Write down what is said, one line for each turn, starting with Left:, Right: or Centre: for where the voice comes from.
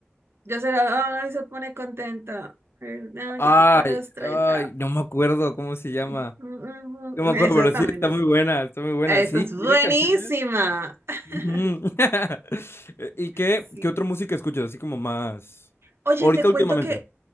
Right: Yo se la. Ay, se pone contenta. Ay, No,
Left: Ay,
Right: yo chico a los 30.
Left: ay, no me acuerdo cómo se llama.
Right: <laughs>
Left: No me acuerdo,
Right: Eso
Left: pero
Right: es también
Left: sí, está
Right: es.
Left: muy buena, está muy buena.
Right: Esa
Left: Sí,
Right: es buenísima.
Left: tiene canciones.
Right: <laughs>
Left: Ujú. <laughs> Eh, ¿Y qué,
Right: Sí.
Left: qué otra música escuchas? Así como más.
Right: Oye,
Left: Ahorita
Right: te cuento
Left: últimamente.
Right: que